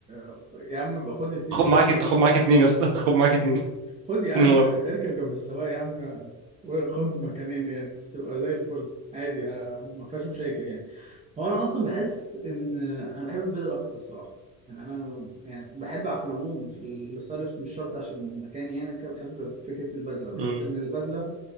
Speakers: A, on the right; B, on the right.
A: آه، يا عم يبقى خد اتنين
B: خد
A: جنب
B: معاك
A: السواق
B: خد معاك اتنين يا اسطى <laughs> خد معاك اتنين
A: خد يا عم
B: اتنين ورا
A: اركب جنب السواق يا عم وخد مكانين يعني تبقى زي الفل عادي آه، ما فيهاش مشاكل يعني هو انا اصلا بحس ان آه، انا بحب البدل اكتر الصراحه يعني انا يعني بحب على في العموم في الستايل لبس مش شرط عشان مكاني يعني وكده بحب فكره البدله بحس
B: امم
A: ان البدله